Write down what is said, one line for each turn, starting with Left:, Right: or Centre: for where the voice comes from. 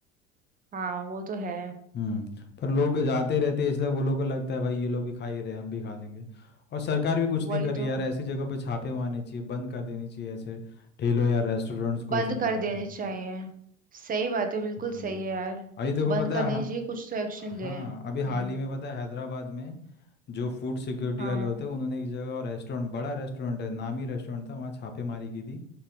Right: हाँ वो तो है
Left: हम्म पर लोग जाते रहते हैं इसलिए वो लोग को लगता है भाई ये लोग भी खा ही रहे हैं, हम भी खा लेंगे और सरकार भी कुछ
Right: वही
Left: नहीं कर रही
Right: तो
Left: यार ऐसी जगह पे छापे मारने चाहिए बंद कर देने चाहिए ऐसे ठेलों या रेस्टोरेंट्स को
Right: बंद
Left: ये सब
Right: कर
Left: जगह
Right: देने
Left: पे
Right: चाहिए सही बात है बिल्कुल
Left: हम्म
Right: सही है यार
Left: अभी देखो
Right: बंद
Left: पता
Right: करने
Left: है हा-
Right: चाहिए कुछ तो एक्शन ले
Left: हाँ
Right: हम्म
Left: अभी हाल ही में पता है हैदराबाद में जो फूड सिक्योरिटी
Right: हाँ
Left: वाले होते हैं उन्होंने एक जगह और रेस्टोरेंट बड़ा रेस्टोरेंट है नामी रेस्टोरेंट था वहाँ छापेमारी की थी